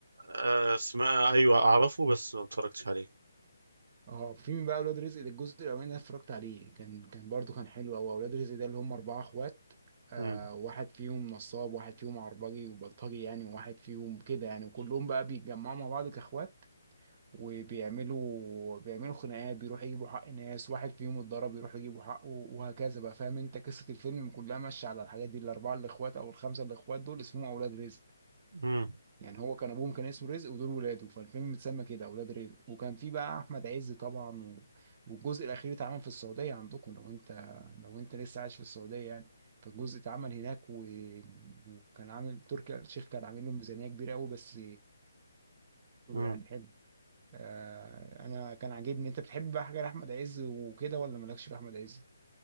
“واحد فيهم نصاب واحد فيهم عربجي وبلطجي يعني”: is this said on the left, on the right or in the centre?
Right